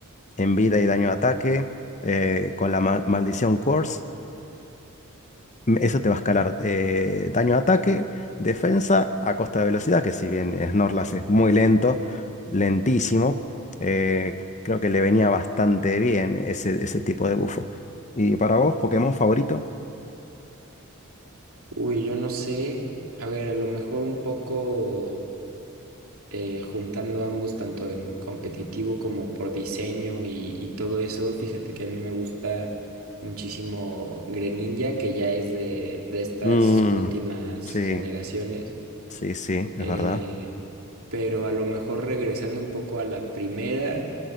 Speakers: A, on the left (about 35°); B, on the right (about 70°).
A: en vida y daño de ataque. eh, con la ma- maldición Curse, eso te va a escalar eh, daño a ataque, defensa a costa de velocidad, que si bien Snorlax es muy lento, lentísimo, eh, creo que le venía bastante bien ese, ese tipo de bufo. ¿Y para vos, Pokémon favorito?
B: Uy, yo no sé. A ver, a lo mejor un poco eh, juntando ambos tanto en competitivo como por diseño y, y todo eso. Fíjate que a mí me gusta muchísimo Greninja, que ya es de, de estas
A: Mm,
B: últimas
A: sí,
B: generaciones.
A: sí, sí, es
B: Eh,
A: verdad.
B: pero a lo mejor regresando un poco a la primera,